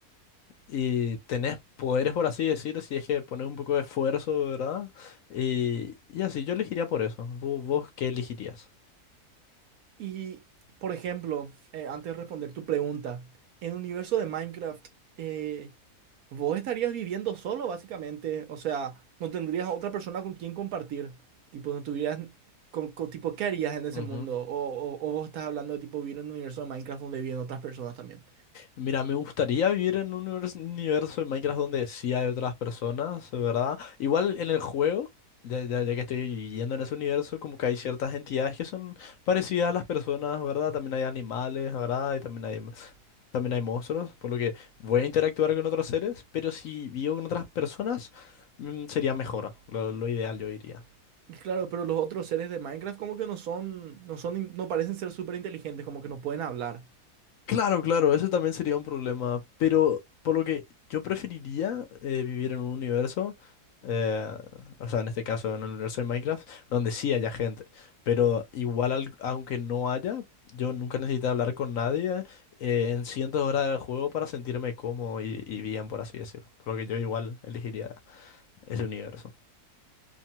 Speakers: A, on the left; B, on the right.
A: y tenés poderes, por así decir, si es que pones un poco de esfuerzo, ¿verdad? Y, y así, yo elegiría por eso. ¿Vos, vos qué elegirías?
B: Y, por ejemplo, eh, antes de responder tu pregunta, en el universo de Minecraft, eh, vos estarías viviendo solo, básicamente. O sea, no tendrías a otra persona con quien compartir. Tipo, no tuvieras... con- con- tipo, ¿qué harías en ese
A: Ujú.
B: mundo? O, o, o vos estás hablando de tipo vivir en un universo de Minecraft donde viven otras personas también.
A: Mira, me gustaría vivir en un univers- universo de Minecraft donde sí hay otras personas, ¿verdad? Igual en el juego, ya, ya- ya que estoy yendo en ese universo, como que hay ciertas entidades que son parecidas a las personas, ¿verdad? También hay animales, ¿verdad? Y también hay, también hay monstruos, por lo que voy a interactuar con otros seres, pero si vivo con otras personas, mm, sería mejor, lo, lo ideal yo diría.
B: Y Claro, pero los otros seres de Minecraft como que no son, no son, in- no parecen ser súper inteligentes, como que no pueden hablar.
A: Claro, claro, eso también sería un problema, pero por lo que yo preferiría eh, vivir en un universo, eh, o sea, en este caso en el universo de Minecraft, donde sí haya gente, pero igual al- aunque no haya, yo nunca necesito hablar con nadie eh, en cientos de horas del juego para sentirme cómodo y, y bien, por así decirlo, por lo que yo igual elegiría ese universo.